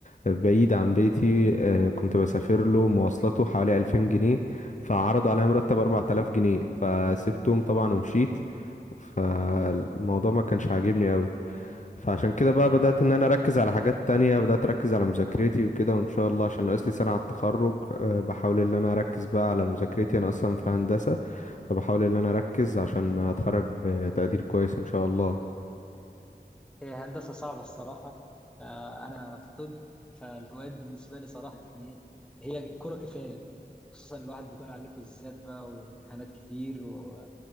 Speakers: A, on the left; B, in the centre.
A: بعيد عن بيتي آه، كنت بسافر له مواصلاته حوالي 2000 جنيه فعرضوا عليا مرتب 4000 جنيه فسبتهم طبعا ومشيت فالموضوع ما كانش عاجبني قوي فعشان كده بقى بدأت
B: انا
A: ان انا اركز على حاجات تانية بدأت اركز على مذاكرتي وكده وان شاء الله عشان ناقص لي سنة على التخرج آه، بحاول ان انا اركز بقى على مذاكرتي انا اصلا في هندسة فبحاول ان انا اركز عشان اتخرج بتقدير كويس ان شاء الله
B: هي هندسه صعبه الصراحه فانا في طب فالهوايات بالنسبه لي صراحه يعني إيه، هي كره كفايه خصوصا الواحد بيكون عليك كويزات بقى وامتحانات كتير و...